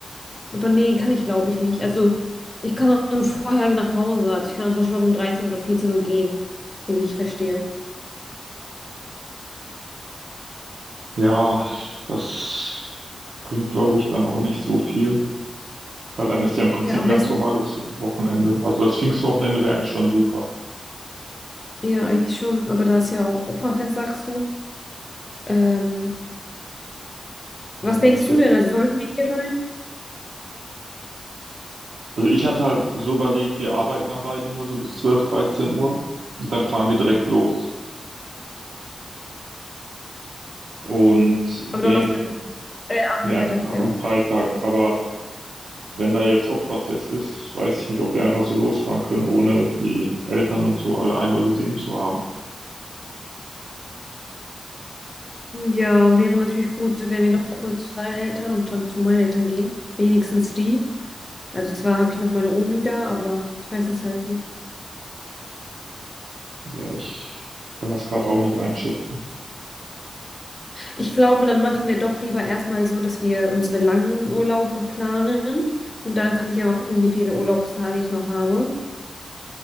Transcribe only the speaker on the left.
Aber nee, kann ich glaube ich nicht. Also, ich kann dann vorher nach Hause. Also, ich kann dann zum Beispiel schon um 13 oder 14 Uhr gehen, so wie ich verstehe.
Ja, am
besten
Ja, eigentlich schon. Aber da ist ja auch Opferfest, sagst du. Ähm,
was
denkst
du
denn? Also sollten wir hier sein?
Aber Donnerstag, äh, am
Freitag,
ja.
Ja, wäre natürlich gut, wenn wir noch kurz zu deinen Eltern und dann zu meinen Eltern gehen. Wenigstens die. Also zwar habe ich noch meine Omi da, aber ich weiß jetzt halt nicht.
Ich glaube, dann machen wir doch lieber erstmal so, dass wir unsere langen Urlaube planen. Und dann kann ich ja mal gucken, wie viele Urlaubstage ich noch habe.